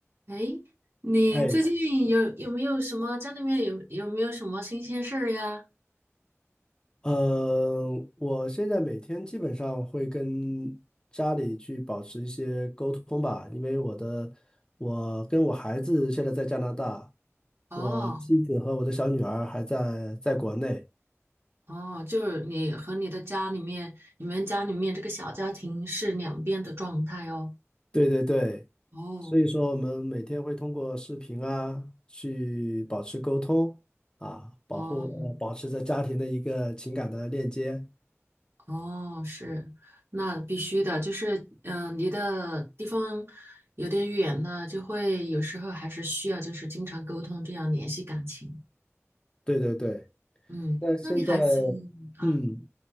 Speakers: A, on the right; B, on the left.
A: 哎，你最近有有没有什么家里面有有没有什么新鲜事儿呀？
B: 哎，嗯，我现在每天基本上会跟家里去保持一些沟通吧，因为我的，我跟我孩子现在在加拿大，
A: 哦
B: 我妻子和我的小女儿还在在国内，
A: 哦，就是你和你的家里面，你们家里面这个小家庭是两边的状态哦。
B: 对对对，
A: 哦
B: 所以说我们每天会通过视频啊去保持沟通啊，保护呃保持着家庭的一个情感的链接，
A: 哦哦，是，那必须的，就是嗯、呃离的地方有点远呢，就会有时候还是需要就是经常沟通，这样联系感情。
B: 对对对，
A: 嗯，
B: 那现在
A: 那你孩子啊，
B: 嗯。